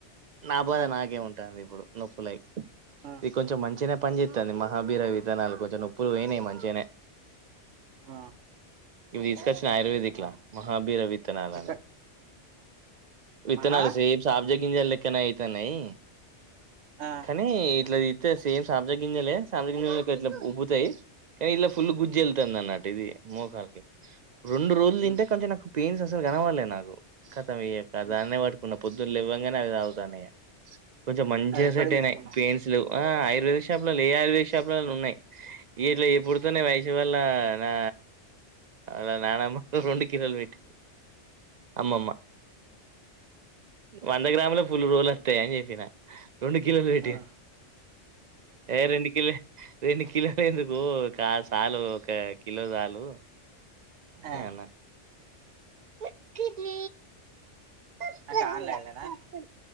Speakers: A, on the right; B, on the right.
A: నాబాద
B: ఆ,
A: నాకే ఉంటు ఇప్పుడు నొప్పు లైక్
B: ఆ,
A: ఇది కొంచెం మంచిన పనిచస్తుంది మహాభీర వితనాలు కొంచెం నొప్పులు పోయినాయి మంచి
B: ఆ,
A: ఇవి తీసుకొచ్చిన ఆయుర్వేదిక్లా
B: ఆ.
A: మహాభిరవి విత్తనాలను
B: ఎక్కడ
A: విత్తనాలు
B: మహా
A: సే సబ్జా గింజాలు లెక్కన అయితున్నాయి
B: ఆ,
A: కానీ ఇట్లా ఇస్త సేమ్ సాబ్జ గింజలే సాంజ గింజలు ఇట్లా ఉబ్బతాయి కానీ ఇలా ఫుల్ గుజ్జి
B: ఉమ్,
A: వెళ్తుంది అన్నట్టు ఇది మోకాలకిి రెండు రోజులు తింటే
B: ఉమ్,
A: కొంచెం నాకు పెయిన్స్ అసలు కనవాలలే నాకు కథం అయ్యాక
B: ఉమ్,
A: దాన్న
B: ఉమ్.
A: పట్టుకున్న పొద్దులు లేవ్వంగానే అది అవుతానయ కొంచెం మంచిగా
B: ఆ, ఎక్కడ
A: సెటైనయి
B: తీసుకున్నావు
A: పేయిన్స్ ఆ ఆయుర్వేదక షాప్లలో ఏ ఆయుర్వేదిక షాప్లలో ఉన్నాయి ఇట్ పుడుతోనే
B: అవునా,
A: వయసు వళ్ళ నా వా నానమ్మ రెండు కిలోలు పెట్టి అమ్మమ్మ
B: అవునా,
A: వంద గ్రాముల పులు రోలు వస్తాయి అని చెప్పిన రెండు కిలోలు పెట్టి
B: ఆ, ఆ.
A: ఏ రెణక ర కిలందు పో సాలు ఒక కిలో చాలు
B: ఆ,
A: అన్నా పర్పల్ పర్పల్
B: అంటే ఆన్లైన్లోనా